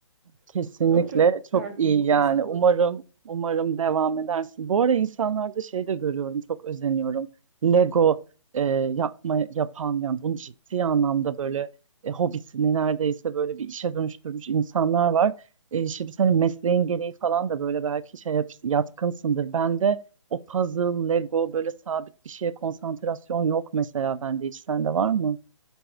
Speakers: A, on the right; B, on the right.
A: Kesinlikle
B: <laughs> Ama çok isterdim
A: çok iyi
B: bu
A: yani.
B: arada spor.
A: Umarım umarım devam edersin. Bu ara insanlarda şey de görüyorum, çok özeniyorum. Lego e, yapma yapan yani bunu ciddi anlamda böyle e, hobisini neredeyse böyle bir işe dönüştürmüş insanlar var. E, şimdi senin mesleğin gereği falan da böyle belki şey yap- yatkınsındır. Bende o puzzle, Lego böyle sabit bir şeye konsantrasyon yok mesela bende hiç. Sende var mı?